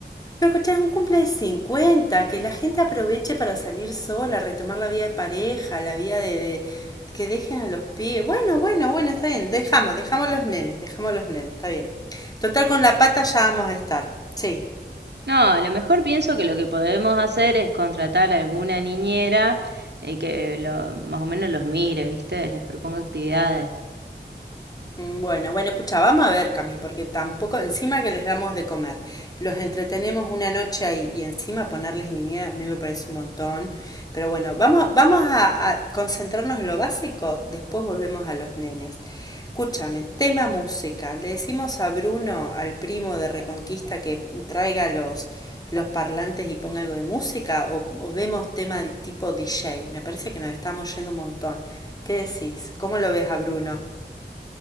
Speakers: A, on the left; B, on the right.
A: Pero escuchá, es un cumple de 50 que la gente aproveche para salir sola, retomar la vida de pareja, la vida de, de- que dejen a los pies. Bueno, bueno, bueno, está bien. Dejamos, dejamos los nenes, dejamos los nenes, está bien. Total, con la pata ya vamos a estar. Sí.
B: No, a lo mejor pienso que lo que podemos hacer es contratar a alguna niñera y que lo, más o menos los mire, ¿viste? Les proponga actividades.
A: Mm, Bueno, bueno, escucha, vamos a ver, Cami, porque tampoco, encima que les damos de comer, los entretenemos una noche ahí y encima ponerles niñera, a mí me parece un montón. Pero bueno, vamos, vamos a, a concentrarnos en lo básico, después volvemos a los nenes. Escúchame, tema música. Le decimos a Bruno, al primo de Reconquista, que traiga los, los parlantes y ponga algo de música, o, o vemos tema de tipo DJ. Me parece que nos estamos yendo un montón. ¿Qué decís? ¿Cómo lo ves a Bruno?